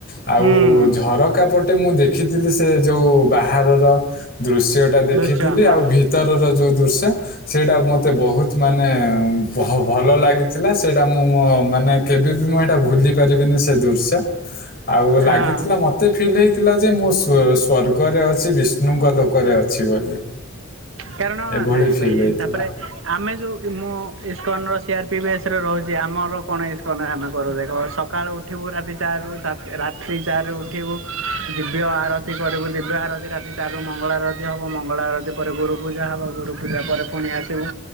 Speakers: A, on the left (about 45°); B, on the right (about 75°).
A: <inaudible> ଆଉ
B: ହୁଁ
A: ଝରକା ପଟେ ମୁଁ ଦେଖି ଦେଖିଥିଲି ସେ ଯେଉଁ ବାହାରର ଦୃଶ୍ୟ ଟା ଦେଖିଥିଲି
B: ଦୃଶ୍ୟ ହଁ
A: ଆଉ ଭିତରର ଯୋଉ ଦୃଶ୍ୟ- ସେଇଟା ମତେ ବହୁତ ମାନେ ଭଲ ଲାଗିଥିଲା ସେଇଟା ମୁଁ ମୋ ମାନେ କେବେ ବି ମୁଁ ଏଟା ଭୁଲି ପାରିବିନି- ସେ ଦୃଶ୍ୟ ଆଉ
B: ହଁ
A: ଲାଗିଥିଲା ମତେ ଫିଲ୍ ହେଇ- ଥିଲା ଯେ ମୁଁ ସ୍ଵର୍ଗରେ ଅଛି ବିଷ୍ଣୁଙ୍କ ଲୋକରେ ଅଛି ବୋଲି-
B: କାରଣ
A: ଏଭଳି
B: ନାଇଁ
A: ଫିଲ୍
B: ଭାଇ
A: ହେଇଥିଲା
B: ତାପରେ ଆମେ ଯୋଉ ମୁଁ- ଇସ୍କନର ସିଆର୍ ପି ବିଏସ୍ରେ ରହୁଛି ଆମର କଣ ଇସ୍କନ ଆମେ କରୁ ଦେଖ ସକାଳୁ ଉଠିବୁ ରାତି ଚାରିରୁ ରାତି ଚାରିରୁ ଉଠିବୁ ଦିବ୍ୟ ଆରତି କରିବୁ ଦିବ୍ୟ ଆରତି ରାତି ଚାରିରୁ ମଙ୍ଗଳା ଆରତୀ ହେବ ମଙ୍ଗଳା ଆରତୀ ପରେ ଗୁରୁ- ପୂଜା ହେବ ଗୁରୁ ପୂଜା ପରେ ପୁଣି ଆସିବୁ